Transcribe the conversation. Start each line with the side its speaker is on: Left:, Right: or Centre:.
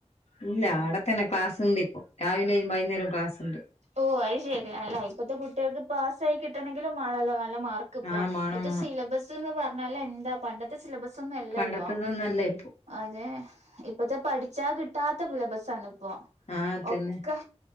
Left: ഇല്ല അവിടെ തന്നെ ക്ലാസ് ഉണ്ട് ഇപ്പൊ രാവിലെയും വൈകുന്നേരവും ക്ലാസ് ഉണ്ട്.
Right: ഓഹ് അത് ശരി അല്ല ഇപ്പത്തെ കുട്ടികൾക്ക് പാസ്സ് ആയി കിട്ടണെങ്കിലും ആണല്ലോ നല്ല മാർക്ക്. ഇപ്പഴത്തെ
Left: ആഹ് മാണം മാണം
Right: സിലബസ് എന്ന് പറഞ്ഞാ എന്താ പണ്ടത്തെ സിലബസ് ഒന്നും അല്ലല്ലോ
Left: പണ്ടത്തതൊന്നല്ല ഇപ്പൊ
Right: അതെ. ഇപ്പത്തെ പഠിച്ചാ കിട്ടാത്ത സിലബസാണ് ഇപ്പോ
Left: ആഹ്
Right: ഒക്കെ
Left: തന്നെ